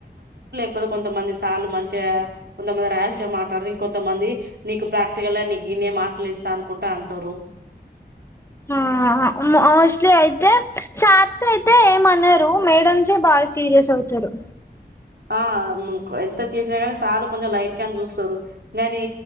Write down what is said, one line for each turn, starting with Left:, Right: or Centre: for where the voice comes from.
Right: పోతే కొంతమంది సార్లు మంచిగా కొంతమంది ర్యాష్ గా మాట్లాడ ఇం కొంతమంది నీకు ప్రాక్టికల్ గా నీ ఇన్నే మార్కులు ఏస్తా అనుకుంటా అంటారు
Left: ఆ మోస్ట్లీ అయితే సాత్ స్ అయితే ఏమనరు మేడమ్సే బాగా సీరియస్ అవుతారు
Right: ఆ ఎంత చేసినా కాని సార్ కొంచెం లైట్ గాని చూస్తారు కానీ